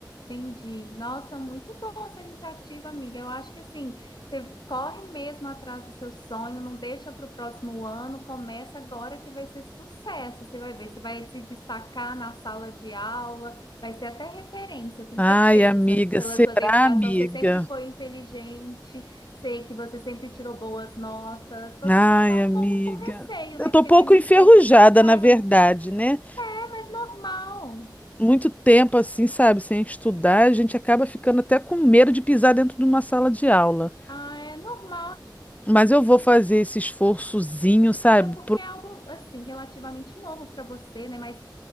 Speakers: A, on the left; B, on the left.
A: Entendi. Nossa, muito boa essa iniciativa, amiga. Eu acho que assim, você corre mesmo atrás do seu sonho, não deixa para o próximo ano, começa agora que vai ser sucesso. Você vai ver, você vai se destacar na sala de aula, vai ser até referência, tenho
B: Ai,
A: certeza.
B: amiga,
A: Pela
B: será,
A: sua dedicação,
B: amiga?
A: você sempre foi inteligente, sei que você sempre tirou boas notas. Você
B: Ai,
A: só tá
B: amiga.
A: um pouco com receio,
B: Eu
A: né?
B: tô
A: Porque
B: um pouco
A: tem muito
B: enferrujada,
A: tempo que você parou.
B: na verdade, né?
A: É mas normal.
B: Muito tempo assim, sabe, sem estudar, a gente acaba ficando até com medo de pisar dentro de uma sala de aula.
A: Ah, é normal.
B: Mas eu vou fazer esse esforçozinho, sabe?
A: é porque é algo assim relativamente novo para você, né? Mas